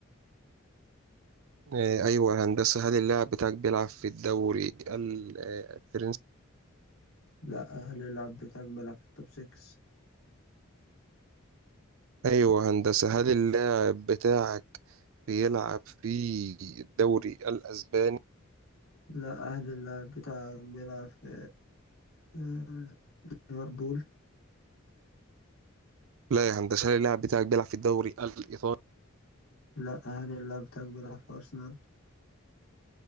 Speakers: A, on the right (about 75°); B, on the left (about 80°).
A: آه، ايوه يا هندسة هل اللاعب بتاعك بيلعب في الدوري ال- آه، الفرنسي
B: لا هل اللاعب بتاعك بيلعب في التوب 6
A: ايوه يا هندسة هل اللاعب بتاعك بيلعب في الدوري الاسباني
B: لا هل اللاعب بتاعك بيلعب في آه، ليفربول
A: لا يا هندسة هل اللاعب بتاعك بيلعب في الدوري الايطالي
B: لا هل اللاعب بتاعك بيلعب في أرسنال